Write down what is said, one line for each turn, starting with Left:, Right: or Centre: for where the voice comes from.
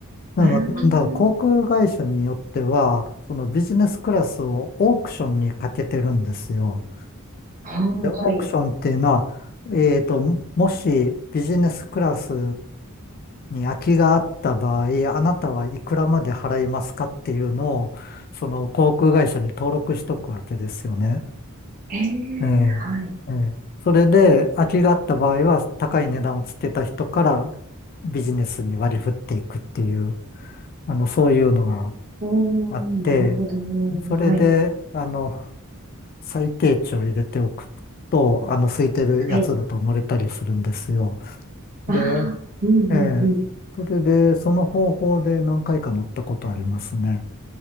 Left: だかだから航空会社によっては、
Right: えー、
Left: そのビジネスクラスをオークションにかけてるんですよ。
Right: あーはい。
Left: で、オークションっていうのは、えーと、もしビジネスクラスに空きがあった場合、あなたはいくらまで払いますかっていうのを、その航空会社に登録しとくわけですよね。
Right: ええ、
Left: ええええそれで、
Right: はい。
Left: 空きがあった場合は、高い値段をつけた人からビジネスに割り振っていくっていう、あの、そういうのが、
Right: おー、
Left: あって、
Right: なるほど。
Left: それで、
Right: はい。
Left: あの、最低値を入れておくと、あの、空いてるやつだと乗れたりするんですよ。
Right: はい。
Left: で、
Right: ああ、うんうんうん。
Left: ええ、それで、その方法で何回か乗ったことありますね。